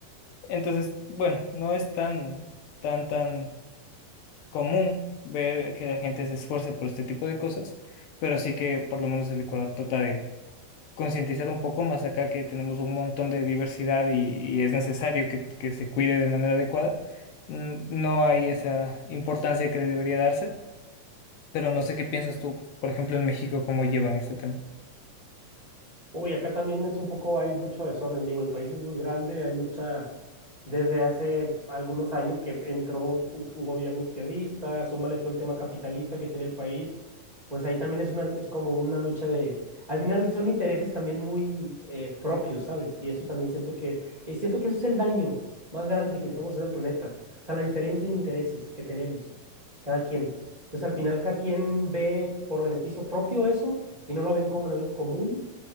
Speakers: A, on the left; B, on the right.
A: Entonces, bueno, no es tan, tan, tan común ver que la gente se esfuerce por este tipo de cosas, pero sí que por lo menos el Ecuador trata de concientizar un poco más acá que tenemos un montón de diversidad y, y es necesario que, que se cuide de manera adecuada. Mm, No hay esa importancia que debería darse, pero no sé qué piensas tú, por ejemplo, en México, cómo llevan este tema.
B: Uy, acá también es un poco, hay mucho desorden, digo, el país es muy grande, hay mucha, desde hace algunos años que entró un, un gobierno izquierdista, súmale todo el tema capitalista que tiene el país, pues ahí también es una, es como una lucha de, al final son intereses también muy eh, propios, ¿sabes? Y eso también siento que es, eh, siento que eso es el daño más grande que le estamos haciendo al planeta, o sea, la diferencia en intereses que tenemos, cada quien. Entonces, al final cada quien ve por beneficio propio eso y no lo ven como en algo común